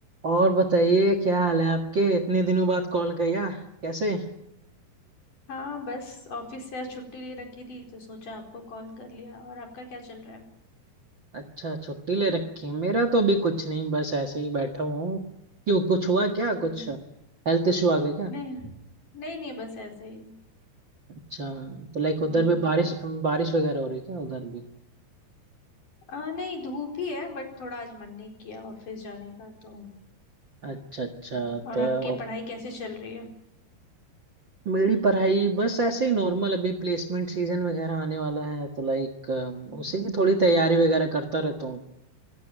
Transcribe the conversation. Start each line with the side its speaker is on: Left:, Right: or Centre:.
Right: और बताइए क्या हाल है आपके इतने दिनों बाद कॉल किया कैसे
Left: हाँ बस ऑफिस से आज छुट्टी ले रखी थी तो सोचा आपको कॉल कर लिया और आपका क्या चल रहा है
Right: अच्छा छुट्टी ले रखी है मेरा तो भी कुछ नहीं बस ऐसे ही बैठा हुआ हूँ क्यों कुछ हुआ क्या
Left: हम्म
Right: कुछ हेल्थ इशू आ गया क्या
Left: नहीं नहीं नहीं बस ऐसे ही
Right: अच्छा तो लाइक उधर
Left: हम्म
Right: भी बारिश बारिश वगैरह हो रही है क्या उधर भी
Left: आ, नहीं धूप ही है बट थोड़ा आज मन नहीं किया ऑफिस जाने का तो
Right: अच्छा अच्छा
Left: हम्म, और
Right: तो
Left: आपकी पढ़ाई कैसे चल रही है
Right: मेरी पढ़ाई बस ऐसे ही नॉर्मल अभी प्लेसमेंट सीजन वगैरह आने वाला है तो लाइक
Left: हम्म,
Right: उसी की थोड़ी तैयारी वगैरह करता रहता हूँ